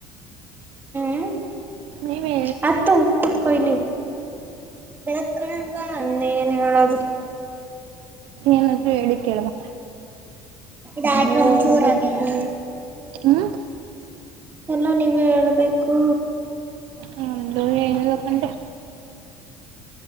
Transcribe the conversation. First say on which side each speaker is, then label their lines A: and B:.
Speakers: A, on the right; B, on the right.
A: ಹ್ಮ್
B: ನೀವೇ
A: ಹತ್ತು ಕುತ್ಕೋ ಇಲ್ಲಿ ಬೆಳಕ ಕಾಣಲ್ವಾ ಇನ್ ಏನ ಹೇಳೋದು
B: ಏನಾದ್ರು ಹೇಳಿ ಕೇಳವಾ
A: ಹೇಳ್ಬೇಕು
B: ಹ್ಮ್
A: ಎಲ್ಲ ನೀವೇ ಹೇಳ್ಬೇಕು
B: ನಮ್ದು ಏನಿಲ್ಲಪ್ಪಂದ್ರೆ